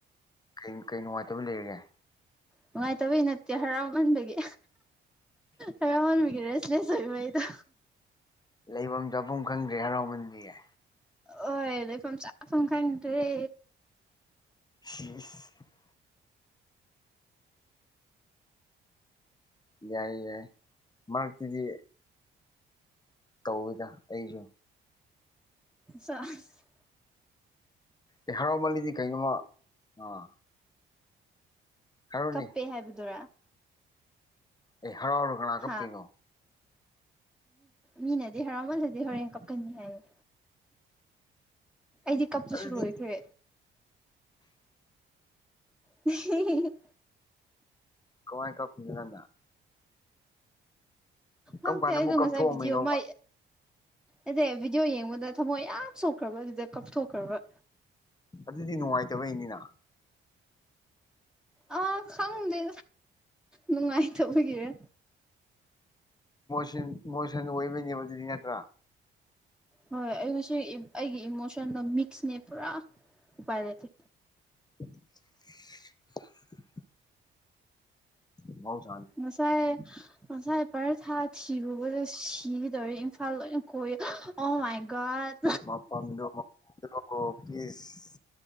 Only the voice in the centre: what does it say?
ꯅꯨꯡꯉꯥꯏꯇꯕꯩ ꯅꯠꯇꯦ ꯍꯔꯥꯎꯍꯟꯕꯒꯤ ꯍꯔꯥꯎꯍꯟꯕꯒꯤꯔꯦ ꯁꯏ ꯃꯗ
ꯑꯣ ꯐ ꯆꯄꯐꯝ ꯀꯔꯦ
ꯁꯥꯁ
ꯀꯞꯄꯦ ꯍꯥꯏꯕꯗꯨꯔꯥ
ꯍꯥ ꯃꯤꯅꯗꯤ ꯍꯔꯥꯎꯃꯅꯗꯤ ꯍꯣꯔꯦꯟ ꯀꯞꯀꯅꯤ ꯍꯥꯏꯌꯦ ꯑꯩꯗꯤ ꯀꯞꯄꯁꯨ
ꯂꯣꯏꯈ꯭ꯔꯦ ꯎ
ꯍꯪ
ꯀꯗꯉꯁꯦꯕꯤꯗꯤ
ꯑꯣꯃ ꯑꯦꯗ ꯚꯤꯗꯤꯑꯣ ꯌꯦꯡꯕꯗ ꯊꯃꯣꯏ ꯌꯥꯝ ꯁꯧꯈ꯭ꯔꯕ ꯑꯗꯨꯗ ꯀꯥꯞꯊꯣꯛꯈ꯭ꯔꯕ꯫
ꯑꯥ ꯈꯪꯗꯦ ꯅꯨꯡꯉꯥꯏꯇꯕꯒꯤꯔꯦ
ꯍꯣꯏ ꯑꯩꯕꯨꯁꯨ ꯑꯩꯒꯤ ꯏꯃꯣꯁꯟꯗ ꯃꯤꯛꯁꯅꯦ ꯄꯨꯔꯥ ꯎꯄꯥꯏ ꯂꯩꯇꯦ꯫
ꯉꯁꯥꯏ ꯉꯁꯥꯏ ꯄꯔꯦ ꯊꯥ ꯊꯤꯔꯨꯕꯗ ꯁꯤꯗꯧꯔꯦ ꯏꯝꯐꯥꯜ ꯂ ꯀꯣꯏ ꯑꯣ ꯃꯌ ꯒꯠ